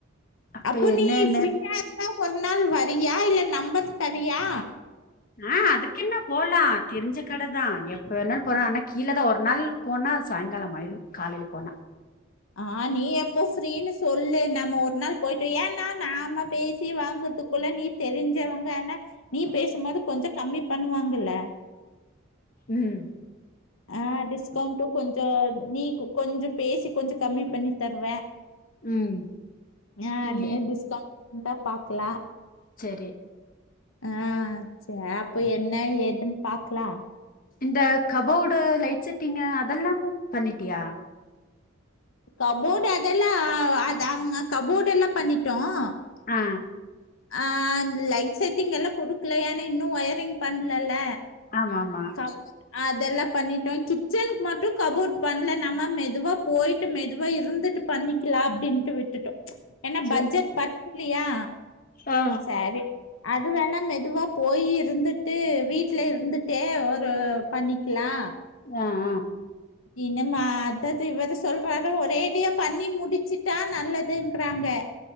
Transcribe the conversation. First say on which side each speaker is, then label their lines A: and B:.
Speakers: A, on the left; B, on the left.
A: அப்ப
B: அப்போ
A: என்னென்ன
B: நீ ஃப்ரீயா இருந்தா ஒரு நாள் வரியா இல்ல நம்பர் தரியா
A: ஆ அதுக்கு என்ன போலாம் தெரிஞ்ச கடதான் எப்ப வேணாலும் போலா ஆனா கீழே தான் ஒரு நாள் போனா சாயங்காலம் ஆய்ரும் காலையில போனா
B: ஆ நீ எப்போ ஃப்ரீன்னு சொல்லு நம்ம ஒரு நாள் போய்ட்டு ஏன்னா நாம பேசி வாங்கர்த்து க்குள்ள நீ தெரிஞ்சவங்க ஆனா நீ பேசும்போது கொஞ்சோ கம்மி பண்ணுவாங்கல்ல
A: ம்
B: ஆ டிஸ்கவுண்ட்டும் கொஞ்சோ நீ கொஞ்சம் பேசி கொஞ்சம் கம்மி பண்ணி தருவ
A: ம்
B: ஆ
A: நீ
B: டிஸ்கவுட் இருந்தா பாக்கலா
A: செரி
B: ஆ ச அப்போ என்ன ஏதுன்னு பாக்கலா
A: இந்த கபோர்டு லைட் செட்டிங்கு அதெல்லாமு பண்ணிட்டியா
B: கபோர்டு அதெல்லாம் அ அவங்க கபோர்டெல்லாம் பண்ணிட்டோம்
A: ஆ
B: ஆ அந்த லைட் செட்டிங் எல்லாம் குடுக்கல ஏன்னா இன்னும் ஒயரிங் பண்ணலல
A: ஆமா ஆமா
B: காசு அதெல்லாம் பண்ணிட்டோம் கிச்சனுக்கு மட்டும் கபோர்ட் பண்ணல நம்ம மெதுவா போய்ட்டு மெதுவா இருந்துட்டு பண்ணிக்கலாம் அப்டின்ட்டு விட்டுட்டோம் ஏன்னா
A: சே
B: பட்ஜெட் பத்துலையா
A: ஆ
B: சரி அது வேணா மெதுவா போயி இருந்துட்டு வீட்ல இருந்து ட்டே ஒரு பண்ணிக்கலா
A: ஆ ஆ
B: என்னமா அதது இத சொல்றார ஒரேடியா பண்ணி முடிச்சுட்டா நல்லதுங்கறாங்க